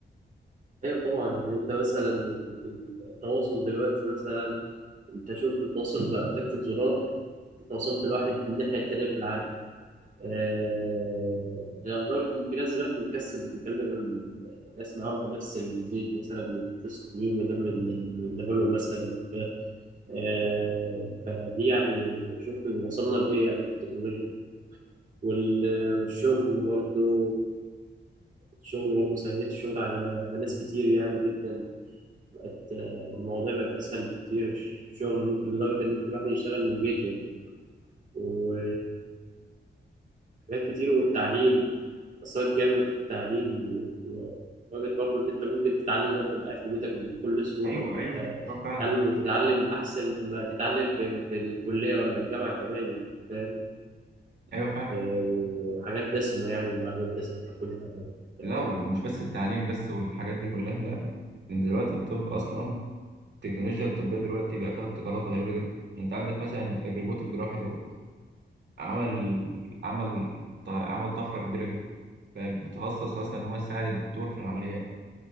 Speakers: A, on the right (about 45°); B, on the right (about 70°).
A: أيوة طبعا يعني أنت مثلا ال- ال- التواصل دلوقتي مثلا انت شوف التواصل بقى تكة زرار وصلت لواحد من الناحية التانية في العالم آه، يعني لدرجة إن في ناس دلوقتي بتكسل بتتكلم ناس معاهم في نفس البيت مثلا يتصلوا بيهم بدل من لهم مثلا أو كده آه، فدي يعني شوف وصلنا لإيه يعني في التكنولوجيا وال- والشغل برضه الشغل برضه سهلت الشغل على على ناس كتير يعني جدا بقت آه، المواضيع بقت أسهل بكتير الشغل ممكن لدرجة إن ممكن الواحد يشتغل من بيته يعني. و حاجات كتير والتعليم أثرت جامد في التعليم لدرجة برضه إن أنت ممكن تتعلم دلوقتي وأنت قاعد في بيتك بكل سهولة
B: أيوه
A: أنت
B: أيوه أيوه فعلا
A: تتعلم وتتعلم أحسن ما تتعلم في, في الكلية ولا الجامعة كمان يعني فاهم
B: أيوه فعلا
A: آه، وحاجات دسمة يعني معلومات دسمة بتاخدها وبتاع.
B: لو مش بس التعليم بس والحاجات دي كلها لأ ده أنت دلوقتي الطب أصلا التكنولوجيا الطبية دلوقتي بقى فيها ابتكارات غريبة جدا يعني أنت عندك مثلا الروبوت الجراحي دوت عمل عمل ط- عمل طفرة كبيرة جدا بقى بيتخصص أصلا إن هو يساعد الدكتور في العمليات